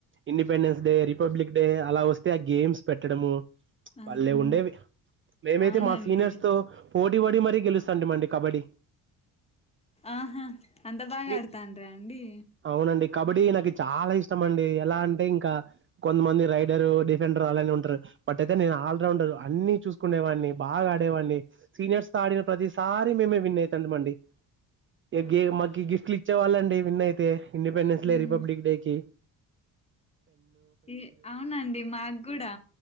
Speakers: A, on the right (about 35°); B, on the left (about 15°).
A: independence day republic day అలా వస్తే ఆ గేమ్స్ పెట్టడమూ.
B: ఆ
A: బల్లే
B: హుహు
A: ఉండేవి. మేమైతే
B: అవునండి
A: మా సీనియర్స్ తో పోటీ పడి మరీ గెలుస్తాండి మండి కబడీ.
B: ఆహా అంత బాగా
A: మీ
B: అడతాంట్ర అండి
A: అవునండి కబడ్డీ నాకు చాలా ఇష్టం అండి ఎలా అంటే ఇంకా కొంతమంది రైడరు డిఫెండర్ అలానే ఉంటారు బట్ అయితే నేను ఆల్రౌండర్ అన్ని చూసుకునే వాడిని బాగా ఆడేవాడిని సీనియర్స్ తో ఆడిన ప్రతిసారి మేమే విన్ అయితంటిమి అండి ఇగ మాకి గిఫ్ట్లు ఇచ్చే వాళ్ళండి విన్నయితే ఇండిపెండెన్స్
B: ఓ
A: డే రిపబ్లిక్ డేకి
B: ఈ అవునండి మాకు గుడా